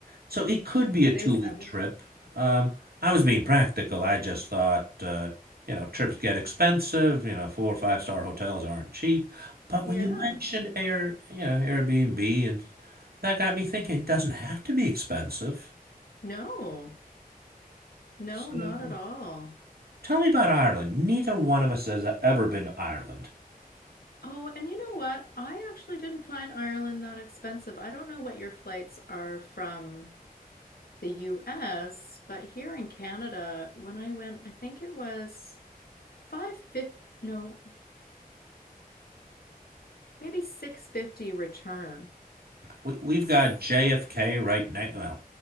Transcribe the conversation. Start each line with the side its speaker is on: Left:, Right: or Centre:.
Right: So it could be a two
Left: they sounded.
Right: week trip. Um, I was being practical. I just thought, uh, you know, trips get expensive. You know, four or five star hotels aren't cheap. But
Left: Yeah.
Right: when you mentioned Air, you know, Airbnb, and that got me thinking, it doesn't have to be expensive.
Left: No, no,
Right: So
Left: not at all.
Right: Tell me about Ireland. Neither one of us has ever been to Ireland.
Left: Oh, and you know what? I actually didn't find Ireland that expensive. I don't know what your flights are from the US, but here in Canada, when I went, I think it was Five fifty, no, maybe six fifty return.
Right: We, we've
Left: S-
Right: got JFK right next. Well,